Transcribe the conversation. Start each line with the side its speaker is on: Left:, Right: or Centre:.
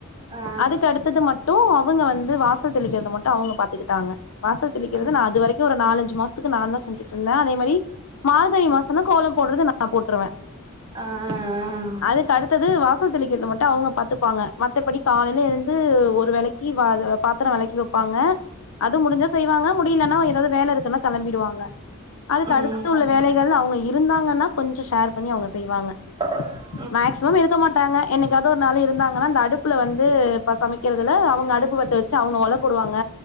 Right: ஆ
Left: அதுக்கு அடுத்தது மட்டு அவங்க வந்து வாசல் தெளிக்கிறது மட்டும் அவங்க பாத்துக்கிட்டாங்க வாசல் தெளிக்கிறது
Right: ஆ
Left: நா அது வரைக் கு ஒரு நாலஞ்சு மாசத்துக்கு நான் தா செஞ்சுட்டு இருந்த அதே மாரி மார்கழி மாசம்னா கோலம் போடுறது நா போட்ருவ
Right: ஆ ஆ ஆ
Left: அதுக்கு அடுத்தது வாசல் தெளிக்கிறது மட்டும் அவங்க பாத்துப்பாங்க மத்தபடி காலையில எழுந்து ஒரு வேளைக் கி வ து பாத்திரம் வெளக்கி வெப்பாங்க அது முடிஞ்சா செய்வாங்க முடிலன்னா எதாவ்து வேல இருக்குன்னா கெளம்பிடுவாங்க அதுக்கு
Right: ம்
Left: அடுத்து உள்ள
Right: ம்
Left: வேலைகள் அவங்க இரு இருந்தாங்கன்னா கொஞ்சம் ஷேர் பண்ணி அவுங்க செய்வாங்க
Right: <inaudible>
Left: மேக்சிமம் இருக்க மாட்டாங்க என்னைக்காது ஒரு நாளு இருந்தாங்கன்னா அந்த அடுப்புல வந்து இப்ப சமைக்கிறதுல அவங்க அடுப்பு பத்த வச் ச்சா அவுங்க ஒலப்போடுவாங்க